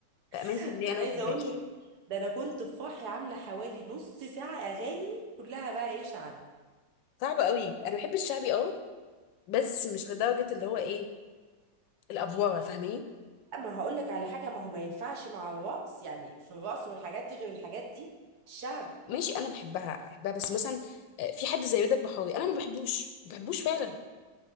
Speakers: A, on the left; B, on the right.
A: بأمانة
B: <laughs>
A: الله
B: انا
A: أنا ما
B: عايزه
A: بحبهاش
B: اقول لك ده انا كنت في فرحي عامله حوالي نص ساعه اغاني كلها بقى ايه شعبي
A: صعبة قوي أنا بحب الشعبي اه بس مش لدرجة اللي هو ايه الأفوارة فاهماني
B: اما هقول لك على حاجه ما هو ما ينفعش مع الرقص يعني في الرقص والحاجات دي غير الحاجات دي الشعبي
A: ماشي أنا بحبها بحبها بس مثلا آه، في حد زي رضا البحراوي أنا ما بحبوش ما بحبوش فعلا